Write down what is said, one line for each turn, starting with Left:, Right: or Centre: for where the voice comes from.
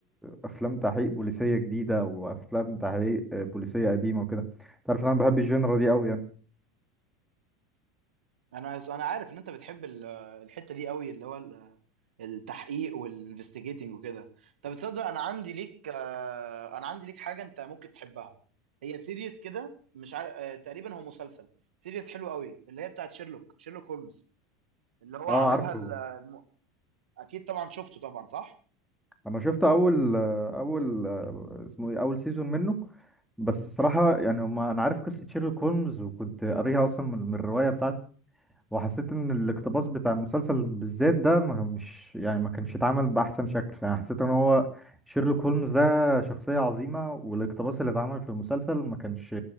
Centre: آه، افلام تحقيق بوليسيه جديده او افلام تحقيق آه، بوليسيه قديمه وكده تعرف إن انا بحب الجينرا دي قوي يعني
Right: انا انا عارف ان انت بتحب ال- الحتة دي قوي اللي هو التحقيق والانفستيجيتنج وكده طب تصدق انا عندي ليك آه، انا عندي ليك حاجه انت ممكن تحبها هي سيريز كده مش عارف آه، تقريبا هو مسلسل سيريز حلو قوي اللي هي بتاعت شيرلوك شيرلوك هولمز اللي هو
Centre: اه
Right: عاملها
Centre: عارفه
Right: ال- الم... اكيد طبعا شفته طبعا صح
Centre: انا شفت اول اول اسمه ايه اول سيزون منه بس الصراحه يعني هما انا عارف قصه شيرلوك هولمز وكنت قاريها اصلا من من الروايه بتاعته وحسيت ان الاقتباس بتاع المسلسل بالذات ده ما مش يعني ما كانش اتعمل باحسن شكل يعني حسيت ان هو شيرلوك هولمز ده شخصيه عظيمه والاقتباس اللي اتعمل في المسلسل ما كانش